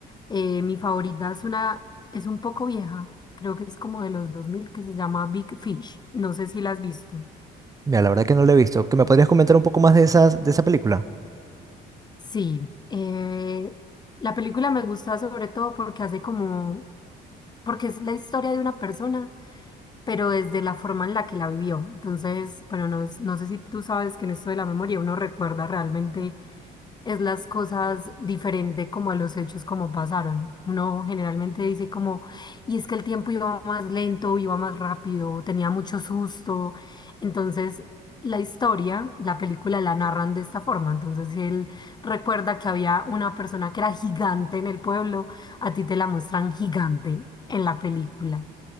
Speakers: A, on the left; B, on the right.
A: Eh, mi favorita es una, es un poco vieja, creo que es como de los dos mil que se llama Big Fish. No sé si la has visto.
B: Mira, la verdad que no lo he visto. ¿Que me podrías comentar un poco más de esas, de esa película?
A: Sí, eh, la película me gusta sobre todo porque hace como, porque es la historia de una persona, pero desde la forma en la que la vivió. Entonces, bueno, no, no sé si tú sabes que en esto de la memoria uno recuerda realmente es las cosas diferente como a los hechos como pasaron. Uno generalmente dice como, y es que el tiempo iba más lento, iba más rápido, tenía mucho susto. Entonces, la historia, la película la narran de esta forma. Entonces, si él recuerda que había una persona que era gigante en el pueblo, a ti te la muestran gigante en la película.